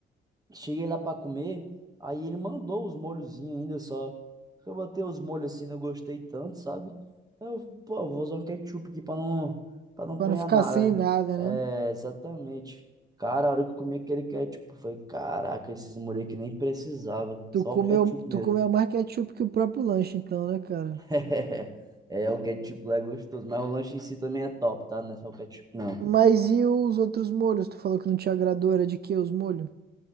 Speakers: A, on the right; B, on the right.
A: Cheguei lá pra comer, aí ele mandou os molhozinhos ainda só. Eu botei os molhos assim, não gostei tanto, sabe? Eu, pô, vou usar um ketchup aqui pra não, pra não apanhar
B: Pra não ficar
A: nada,
B: sem
A: né?
B: nada,
A: É,
B: né?
A: exatamente. Cara, a hora que eu comi aquele ketchup, foi caraca, esses molhos aqui nem precisava,
B: Tu
A: só
B: comeu,
A: o ketchup
B: tu
A: mesmo.
B: comeu mais ketchup que o próprio lanche, então, né, cara?
A: <laughs> É, o ketchup lá é gostoso, mas o lanche em si também é top, tá? Não é só o ketchup, não.
B: Mas e os outros molhos? Tu falou que não te agradou, era de que os molhos?